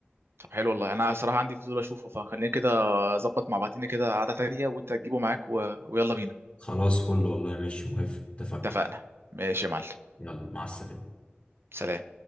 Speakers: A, on the right (about 75°); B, on the left (about 30°).
A: طب حلو والله انا صراحه عندي فضول اشوفه فخلينا كده اظبط مع بعضينا كده قعده تانية وانت تجيبه معاك و... ويلا بينا
B: خلاص فل والله ماشي موافق اتفقنا
A: اتفقنا ماشي يا معلم
B: يلا مع السلامة
A: سلام